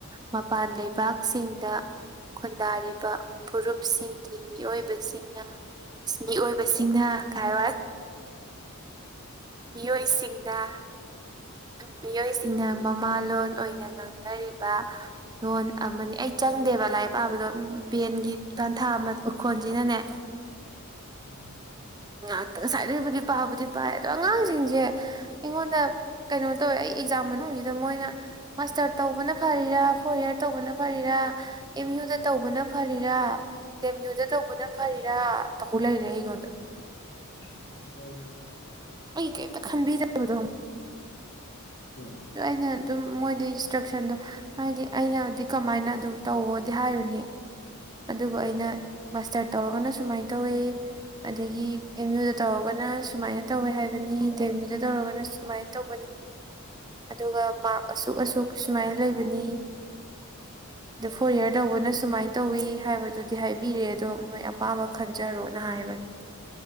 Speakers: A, on the right; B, on the left.
A: ꯃꯄꯥꯟ ꯂꯩꯕꯥꯛꯁꯤꯡꯗ ꯈꯨꯟꯗꯥꯔꯤꯕ ꯐꯨꯔꯨꯞꯁꯤꯡꯒꯤ ꯃꯤꯑꯣꯏꯕꯁꯤꯡꯅ ꯃꯤꯑꯣꯏꯕꯁꯤꯡꯅ ꯀꯥꯏꯋꯥꯏ꯫ ꯃꯤꯑꯣꯏꯁꯤꯡꯗ ꯃꯤꯑꯣꯏꯁꯤꯡꯅ ꯃꯃꯥꯂꯣꯟ ꯑꯣꯏꯅ ꯉꯥꯡꯅꯔꯤꯕ ꯂꯣꯟ ꯑꯃꯅꯤ ꯑꯩ ꯆꯪꯗꯦꯕ ꯂꯥꯏꯔꯤꯛ ꯄꯥꯕꯗꯣ ꯕꯦꯟꯒꯤ ꯇꯥꯟꯊꯥ ꯑꯃ ꯃꯈꯣꯟꯁꯤꯅꯅꯦ
B: ꯎꯝ
A: ꯉꯍꯥꯛꯇ ꯉꯁꯥꯏꯗꯒꯤꯕꯨꯗꯤ ꯄꯥꯕꯨꯗꯤ ꯄꯥꯏ ꯑꯗꯣ ꯑꯉꯥꯡꯁꯤꯡꯁꯦ ꯑꯩꯉꯣꯟꯗ ꯀꯩꯅꯣ ꯇꯧꯋꯦ ꯑꯩ ꯑꯦꯛꯖꯥꯝ ꯃꯅꯨꯡꯁꯤꯗ ꯃꯣꯏꯅ ꯃꯥꯁꯇꯔ ꯇꯧꯕꯅ ꯐꯔꯤꯔꯥ ꯐꯣꯔꯤꯌꯔ ꯇꯧꯕꯅ ꯐꯔꯤꯔꯥ ꯑꯦꯝ ꯌꯨꯗ ꯇꯧꯕꯅ ꯐꯔꯤꯔꯥ ꯗꯦꯝ ꯌꯨꯗ ꯇꯧꯕꯅ ꯐꯔꯤꯔꯥ ꯇꯧ ꯂꯩꯔꯦ ꯑꯩꯉꯣꯟꯗ
B: ꯍꯅ
A: ꯑꯩ ꯀꯩꯇ ꯈꯟꯕꯤꯖꯕꯗꯣ
B: ꯎꯝ
A: ꯑ ꯑꯩꯅ ꯑꯗꯨꯝ ꯃꯣꯏꯗ ꯏꯟꯁꯇ꯭ꯔꯛꯁꯟꯗꯣ ꯍꯥꯏꯗꯤ ꯑꯩꯅꯗꯤ ꯀꯃꯥꯏꯅ ꯑꯗꯨꯝ ꯇꯧꯋꯣꯗꯤ ꯍꯥꯏꯔꯨꯅꯦ ꯑꯗꯨꯕꯨ ꯑꯩꯅ ꯃꯥꯁꯇꯔ ꯇꯧꯔꯒꯅ ꯁꯨꯃꯥꯏꯅ ꯇꯧꯋꯤ ꯑꯗꯒꯤ ꯑꯦꯝ ꯌꯨꯗ ꯇꯧꯔꯒꯅ ꯁꯨꯃꯥꯏꯅ ꯇꯧꯋꯦ ꯍꯥꯏꯕꯅꯤ ꯗꯤ ꯑꯦꯝ ꯌꯨꯗ ꯇꯧꯔꯒꯅ ꯁꯨꯃꯥꯏꯅ ꯇꯧ ꯑꯗꯨꯒ ꯃꯥꯛ ꯑꯁꯨꯛ ꯑꯁꯨꯛ ꯁꯨꯃꯥꯏꯅ ꯂꯩꯕꯅꯤ ꯑꯗꯣ ꯐꯣꯔ ꯏꯌꯥꯔ ꯇꯧꯕꯅ ꯁꯨꯃꯥꯏꯅ ꯇꯧꯋꯤ ꯍꯥꯏꯕꯗꯨꯗꯤ ꯍꯥꯏꯕꯤꯔꯦ ꯑꯗꯣ ꯅꯣꯏ ꯑꯄꯥꯝꯕ ꯈꯟꯖꯔꯣꯅ ꯍꯥꯏꯕꯅꯦ